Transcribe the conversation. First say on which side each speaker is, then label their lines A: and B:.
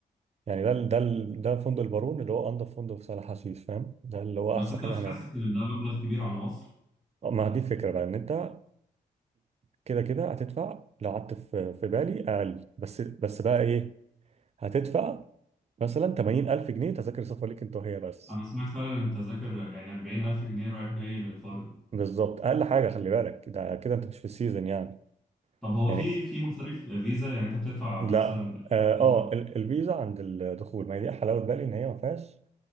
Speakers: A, on the right (about 35°); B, in the centre.
A: يعني ده ال- ده ال- ده فندق البارون اللي هو انضف فندق في سهل حشيش فاهم ده اللي هو
B: بس
A: احسن
B: أنت
A: حاجه
B: مش
A: هناك
B: حاسس إن ده مبلغ كبير على مصر؟
A: آه، ما دي الفكره بقى ان انت كده كده هتدفع لو قعدت في في بالي اقل بس بس بقى ايه هتدفع مثلا 80000 جنيه تذاكر سفر ليك انت وهي بس
B: أنا سمعت فعلا إن التذاكر يعني 40000 جنيه رايح جاي للفرد
A: بالظبط اقل حاجه خلي بالك ده كده انت مش في السيزون يعني
B: طب هو
A: يعني
B: في في مصاريف فيزا يعني أنت بتدفع
A: لا
B: مثلا
A: اه
B: فيزا
A: آه،
B: أكتر
A: ال- الفيزا عند الدخول ما هي دي حلاوه بالي ان هي ما فيهاش